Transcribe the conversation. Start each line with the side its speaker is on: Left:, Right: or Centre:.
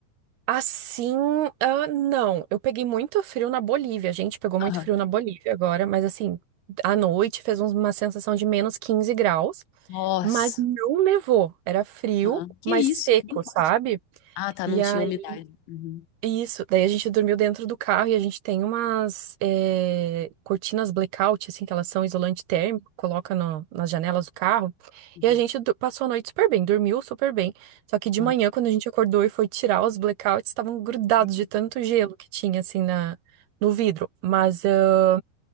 Right: assim, ah, não, eu peguei muito frio na Bolívia, a gente pegou muito
Left: Aham.
Right: frio na Bolívia agora, mas assim, à noite fez uns- uma sensação de menos 15 graus,
Left: Nossa.
Right: mas não nevou, era frio,
Left: Aham. Que
Right: mas
Left: isso?
Right: seco,
Left: Não pode.
Right: sabe?
Left: Ah, tá,
Right: E
Left: não tinha
Right: aí
Left: umidade. Uhum,
Right: Isso, daí a gente dormiu dentro do carro e a gente tem umas eh, cortinas blackout, assim, que elas são isolante térmico, coloca no- nas janelas do carro.
Left: uhum,
Right: E a gente do- passou a noite super bem, dormiu super bem. Só que de
Left: aham.
Right: manhã, quando a gente acordou e foi tirar os blackouts, estavam grudados
Left: Uhum,
Right: de tanto gelo que tinha, assim, na, no vidro. Mas ah,